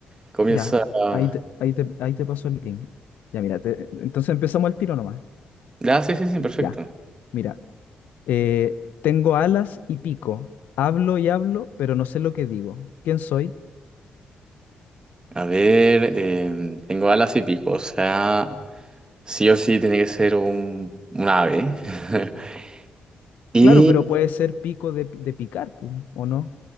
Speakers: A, on the right (about 30°); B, on the left (about 75°).
A: comienza.
B: Ya,
A: a-
B: ahí te, ahí te, ahí te paso el link. Ya, mira, te- entonces empezamos al tiro nomás.
A: Ya, sí, sí, sí, perfecto.
B: Ya. Mira, Eh, tengo alas y pico. Hablo y hablo, pero no sé lo que digo. ¿Quién soy?
A: A ver, eh, tengo alas y pico, o sea, sí o sí tiene que ser un, un ave. <laughs> Y
B: Claro, pero puede ser pico de, de picar, pu, ¿o no?